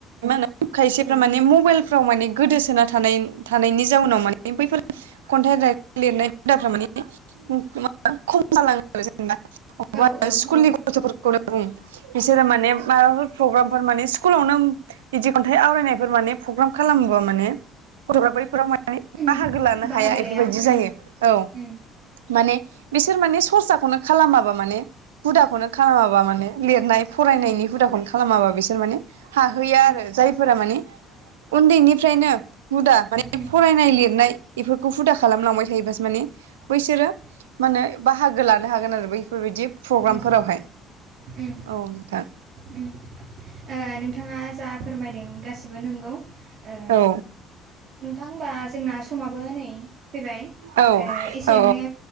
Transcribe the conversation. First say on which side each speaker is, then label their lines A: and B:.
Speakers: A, on the right; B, on the right.
A: मा होन खायसे म मबल फ्राव माने गोदोसोना थानाय थानायनि जाउनाव माने बैफोर खन्थाइ राइद लिरनाय हुदाफ्रा माने मा खम जालाङो आरो जेनेबा अबबा
B: ओ औ
A: स्कुलनि
B: औ
A: गथ'फोरखौनो बुं बिसोरो माने माबाफोर प्रग्रामफोर माने स्कुलावनो बिदि खन्थाइ आवरायनाय माने प्रग्राम खालामोबा माने गथ'फ्रा बैफोराव मे
B: उम
A: बाहागो लानो
B: बाहागो
A: हाया
B: लाया
A: बेफोरबायदि
B: उम
A: जायो औ
B: उम
A: माने बिसोर माने सरसाखौनो खालामाबा माने हुदाखौनो खालामाबा माने लिरनाय फरायनायनि
B: औ
A: हुदाखौन खालामाबा बिसोर माने हाहैया
B: औ
A: आरो जायफोरा माने उन्दैनिफ्रायनो हुदा माने
B: उम
A: फरायनाय लिरनाय एफोरखौ हुदा खालामलांबाय थायोबासो माने बैसोरो
B: <inaudible>
A: माने बाहागो लानो हागोन आरो बैफोरबायदि प्रग्रामफोरावहाय
B: ओं उम।
A: औ नोंथां
B: उम ओ नोंथाङा जा फोरमायदों गासिबो नंगौ। ओ
A: औ
B: नोंथां हबा जोंना समाबो नै फैबाय
A: औ
B: ए एसेयावनो
A: औ